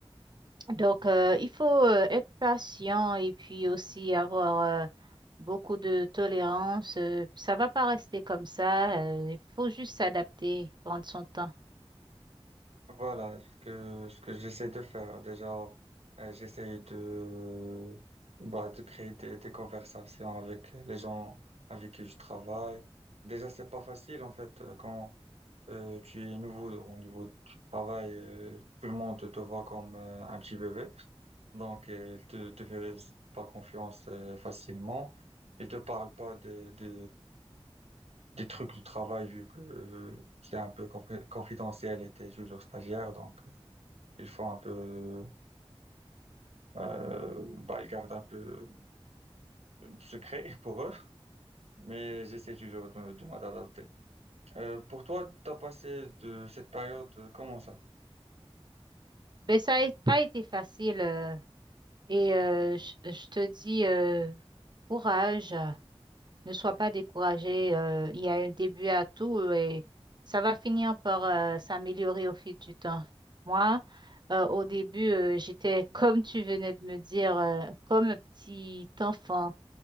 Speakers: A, on the right; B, on the right.
A: Donc, euh, il faut euh, être patient et puis aussi avoir euh, beaucoup de tolérance. euh, ça va pas rester comme ça. euh, il faut juste s'adapter, prendre son temps.
B: Voilà ce que, ce que j'essaie de faire. Déjà, euh, j'essaie de, bah, de créer des, des conversations avec les gens avec qui je travaille. Déjà, c'est pas facile, en fait, euh, quand Euh, tu es nouveau au niveau du travail, euh, tout le monde te voit comme euh, un petit bébé, donc euh, il te, te fait pas confiance euh, facilement. Il te parle pas des, des, des trucs du travail vu que euh, c'est un peu confi- confidentiel et t'es toujours stagiaire, donc euh, ils font un peu, euh, bah, ils gardent un peu de secret <laughs> pour eux. Mais j'essaie toujours de, de m'adapter. Euh, pour toi, t'as passé de cette période euh, comment ça?
A: Mais ça n'a pas été facile. euh, et euh, je je te dis euh, courage. Ne sois pas découragé. euh, il y a un début à tout et ça va finir par euh, s'améliorer au fil du temps. Moi, euh, au début, euh, j'étais <laughs> comme tu venais de me dire, euh, comme un petit enfant.